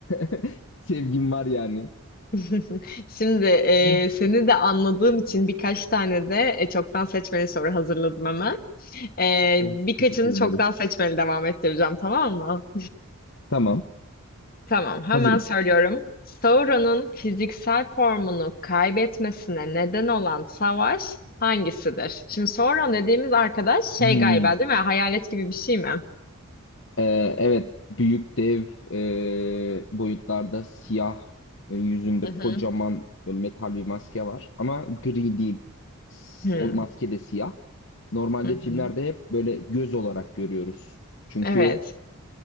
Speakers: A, on the left (about 55°); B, on the left (about 40°).
A: <laughs> sevgim var yani.
B: <laughs> Şimdi e,
A: Oh,
B: seni de anladığım için birkaç tane de e, çoktan seçmeli soru hazırladım hemen. E,
A: oh
B: birkaçını
A: teşekkür
B: çoktan
A: ederim.
B: seçmeli devam ettireceğim tamam mı?
A: Tamam,
B: Tamam hemen
A: hazırım.
B: söylüyorum. Sauron'un fiziksel formunu kaybetmesine neden olan savaş hangisidir? Şimdi Sauron dediğimiz arkadaş şey
A: Hmm.
B: galiba değil mi? Hayalet gibi bir şey mi?
A: E, evet, büyük dev e, boyutlarda siyah e, yüzünde
B: Hı hı.
A: kocaman böyle metal bir maske var. Ama gri değil. S-
B: Hmm,
A: O maske de siyah. Normalde
B: Hı hı.
A: filmlerde hep böyle göz olarak görüyoruz. Çünkü
B: Evet.